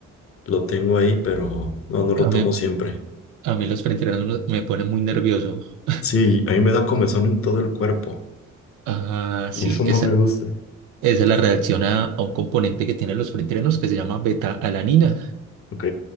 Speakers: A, on the left; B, on the right.
A: Lo tengo ahí, pero no, no lo
B: A
A: tomo
B: mí,
A: siempre.
B: a mí los preentrenos me ponen muy nervioso.
A: Sí, a mí me da comezón en todo el cuerpo
B: Ah, sí,
A: y eso
B: esa,
A: no me gusta.
B: Esa es la reacción a, a un componente que tienen los preentrenos que se llama beta-alanina.
A: Ok.